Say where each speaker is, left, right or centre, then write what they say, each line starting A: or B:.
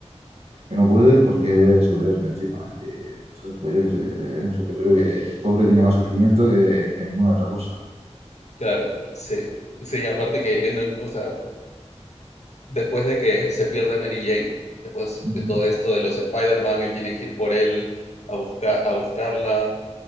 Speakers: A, on the right; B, on the left.
A: que no puede porque es superhéroe encima. eh, entonces, pues yo qué sé, es un superhéroe que pobre tiene más sufrimiento que, que ninguna otra cosa.
B: claro, sí. Sí, aparte que, o sea, después de que se pierde Mary Jane, después
A: Ujú.
B: de todo esto de los Spider-Man, él tiene que ir por él a, buscar, a buscarla,